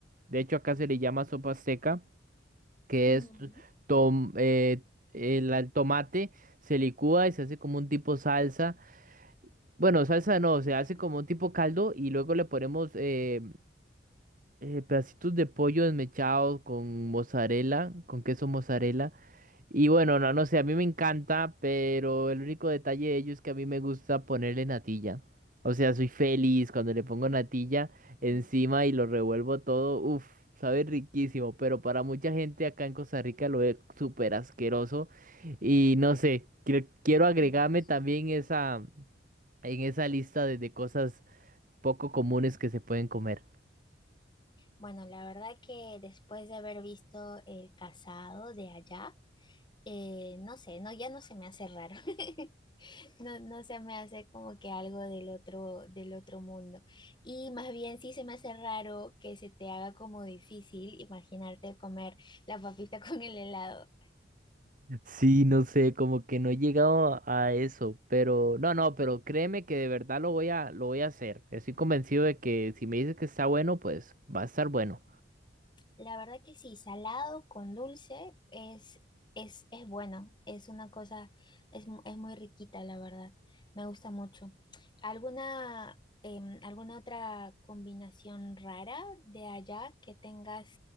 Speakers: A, on the right; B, on the left.
A: De hecho, acá se le llama sopa seca que
B: Mm,
A: es tom- eh, el, el tomate, se licúa y se hace como un tipo salsa. Bueno, salsa no, se
B: ya.
A: hace como un tipo caldo y luego le ponemos eh, eh, pedacitos de pollo desmechados con mozzarella, con queso mozzarella. Y bueno, no, no sé, a mí me encanta, pero el único detalle de ello es que a mí me gusta ponerle natilla. O sea, soy feliz cuando le pongo natilla encima
B: Mm,
A: y lo revuelvo todo. Uf, sabe riquísimo, pero para mucha gente acá en Costa Rica lo ve súper asqueroso. Y no sé, quiero, quiero
B: Asqueroso.
A: agregarme también esa, en esa lista de, de cosas poco comunes que se pueden comer.
B: Bueno, la verdad que después de haber visto el casado de allá, Eh, no sé, no, ya no se me hace raro. <laughs> No, no se me hace como que algo del otro, del otro mundo. Y más bien sí se me hace raro que se te haga como difícil imaginarte comer la papita <laughs> con el helado.
A: Sí, no sé, como que no he llegado a eso, pero no, no, pero créeme que de verdad lo voy a, lo voy a hacer. Estoy convencido de que si me dices que está bueno, pues va a estar bueno.
B: La verdad que sí, salado con dulce es, es, es bueno, es una cosa, es, mu- es muy riquita, la verdad, me gusta mucho. ¿Alguna, em, alguna otra combinación rara de allá que tengas